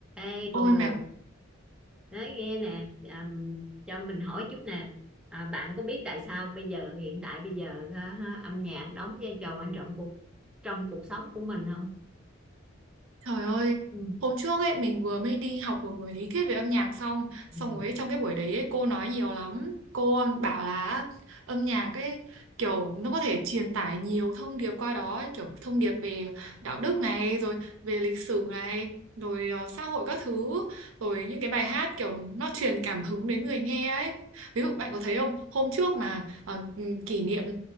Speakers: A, in the centre; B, on the right (about 85°).
A: Ê
B: Ôi
A: bồ,
B: mẹ,
A: nói nghe nè, ừm, cho mình hỏi chút nè, à, bạn có biết tại sao bây giờ hiện tại bây giờ ha, ha, âm nhạc đóng vai trò quan trọng cuộc trong cuộc sống của mình không?
B: trời ơi,
A: Ừ.
B: hôm trước ấy mình vừa mới đi học một buổi lý thuyết về âm nhạc xong,
A: Ừ.
B: xong rồi ấy, trong cái buổi đấy ấy, cô nói nhiều lắm. Cô bảo là âm nhạc ấy kiểu nó có thể truyền tải nhiều thông điệp qua đó, ấy, kiểu thông điệp về đạo đức này, rồi về lịch sử này, rồi ờ, xã hội các thứ, rồi những cái bài hát kiểu nó truyền cảm hứng đến người nghe ấy. Ví dụ bạn có thấy không, hôm trước mà ờ, kỷ niệm